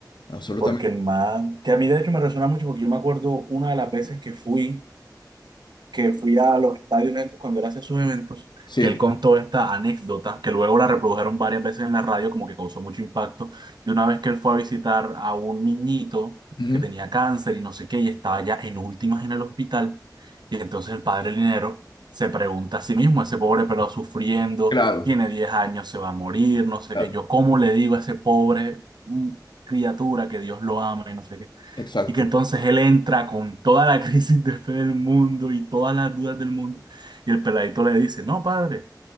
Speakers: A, on the left; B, on the right.
A: Absolutamente.
B: Porque el man, que a mí de hecho me resuena mucho porque yo me acuerdo una de las veces que fui que fui a los estadios estos cuando él hacía sus eventos,
A: Sí.
B: que él contó esta anécdota, que luego la reprodujeron varias veces en la radio, como que causó mucho impacto, de una vez que él fue a visitar a un niñito
A: Ujú.
B: que tenía cáncer y no sé qué, y estaba ya en últimas en el hospital, y entonces el padre Linero se pregunta a sí mismo, ese pobre pelado sufriendo,
A: Claro,
B: tiene 10 años, se va a morir, no sé
A: claro.
B: qué, yo cómo le digo a ese pobre mm, criatura que Dios lo ama y no sé qué.
A: Exacto.
B: Y que entonces él entra con toda la <laughs> crisis de fe del mundo y todas las dudas del mundo. Y el peladito le dice, no, padre,